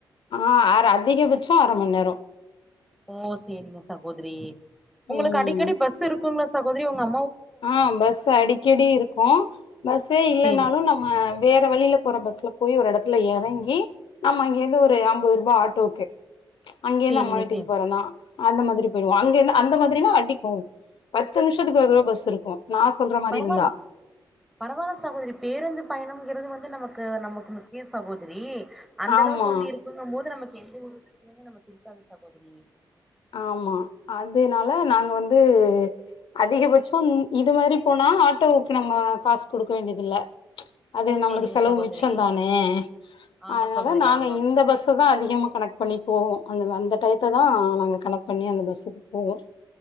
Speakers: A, on the left; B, in the centre.
A: அ அர் அதிகபட்ச அர மண்ணேரோ
B: ஓ சேரிங்க சகோதரி உங்குளுக்கு
A: ம்
B: அடிக்கடி பஸ் இருக்குங்களா சகோதரி உங்க அ
A: ஆ பஸ் அடிக்கடி இருக்கு பஸ்ஸே இல்லேனாலு
B: சேரி
A: நம்ம வேற வழியில போற பஸ்ல போய் ஒரு இடத்துல இறங்கி நம்ம அங்கேருந்து ஒரு அம்பது ரூபா ஆட்டோக்கு அங்கேருந்து
B: சேரிங்க
A: அம்மா வீட்டுக்கு
B: சேரி
A: போறேனா அந்த மாதிரி போயிருவோ அங்க அந்த மாதிரினா ‌ஆன்டிக் கோவோ பத்து நிமிஷத்துக்கு ஒரு தடவ பஸ் இருக்கு நா சொல்ற மாரி
B: பரவால
A: இருந்தா
B: பரவால்ல சகோதரி பேருந்து பயணம்ங்குறது வந்து நமக்கு க நமக்கு முக்கிய சகோதரி அந்தளவுக்கு
A: ஆமா
B: வந்து இருக்குங்கம்போது நமக்கு எந்த ஒரு பிரச்சனையுமே‌ நமக்கு இருக்காது சகோதரி
A: ஆமா அதுனால நாங்க வந்து அதிகபட்சம் இது மாரி போனா ஆட்டோவுக்கு நம்ம காசு குடுக்க வேண்டியதில்ல அது
B: ஓ
A: நம்முளுக்கு
B: சேரிங்க
A: செலவு
B: சகோதரி
A: மிச்சந்தானே
B: ஆமா
A: அதுனால
B: சகோதரி
A: நாங்க
B: ஆமா ஆமா
A: இந்த பஸ்ஸதா அதிகமா கனெக்ட் பண்ணி போவோ அந்த அந்த டைத்ததா நாங்க கனெக்ட் பண்ணி அந்த பஸ்ஸுக்கு போவோ